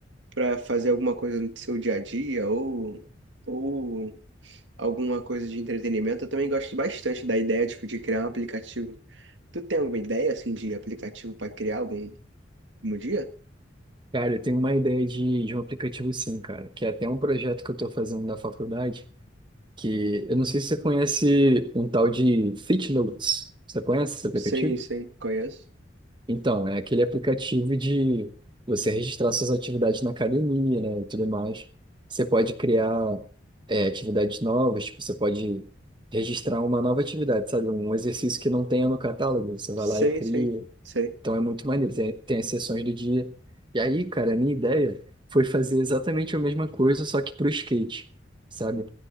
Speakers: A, on the right (about 85°); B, on the right (about 25°).
A: para fazer alguma coisa no seu dia a dia ou... ou alguma coisa de entretenimento, eu também gosto bastante da ideia, tipo, de criar um aplicativo. Tu tem alguma ideia, assim, de aplicativo para criar algum, algum dia?
B: Cara, eu tenho uma ideia de, de um aplicativo sim, cara, que é até um projeto que eu estou fazendo na faculdade, que eu não sei se você conhece um tal de FitNotes. Você conhece esse aplicativo?
A: Sim, sim, conheço.
B: Então, é aquele aplicativo de você registrar suas atividades na academia, né, e tudo mais. Você pode criar é, atividades novas, tipo, você pode registrar uma nova atividade, sabe? Um exercício que não tenha no catálogo, você
A: Sim,
B: vai lá e cria.
A: sim, sim.
B: Então é muito maneiro, tem, tem as sessões do dia. E aí, cara, a minha ideia foi fazer exatamente a mesma coisa, só que pro skate, sabe?